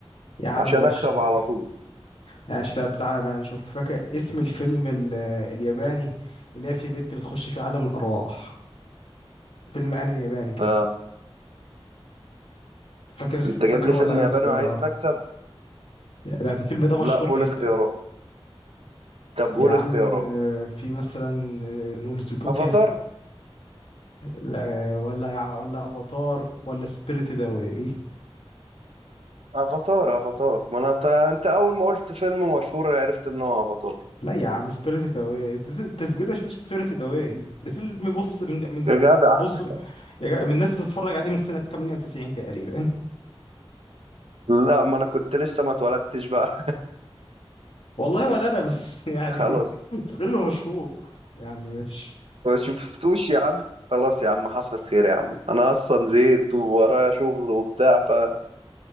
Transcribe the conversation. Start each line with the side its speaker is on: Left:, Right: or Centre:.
Left: يا عم
Right: عشان
Left: ماشي
Right: أكسب
Left: طب
Right: على طول
Left: ماشي طب تعالى بقى نشوف فاكر اسم الفيلم ال... الياباني اللي هي في بنت بتخش في عالم الارواح فيلم انمي ياباني كده
Right: آه
Left: فاكر اسمه
Right: أنت
Left: فاكره
Right: جايب لي
Left: ولا
Right: فيلم
Left: اقول
Right: ياباني
Left: اختيارات
Right: وعايز نكسب؟
Left: يعني الفيلم ده
Right: لا
Left: مشهور
Right: قول
Left: جدا
Right: اختيارات طب
Left: يا
Right: قول
Left: عم
Right: اختيارات
Left: آه، في مثلا آه، نقول زوتوبيا
Right: أفاتار
Left: لا، ولا يع- ولا افاتار ولا سبيريتد اواي
Right: أفاتار أفاتار ما أنا أنت أنت أول ما قلت فيلم مشهور عرفت إن هو أفاتار
Left: لا يا عم سبيريتد اواي تسجيل مش سبيريتد اواي ده فيلم بص من من
Right: يا جدع
Left: من- بص يا جا- الناس بتتفرج عليه من سنة 98 تقريبا
Right: لا ما أنا كنت لسه ما اتولدتش بقى
Left: والله ولا انا بس <laughs> يعني
Right: <laughs> خلاص
Left: الفيلم مشفوق يا عم ماشي
Right: ما شفتوش يا عم خلاص يا عم حصل خير يا عم أنا أصلا زهقت وورايا شغل وبتاع فأبقى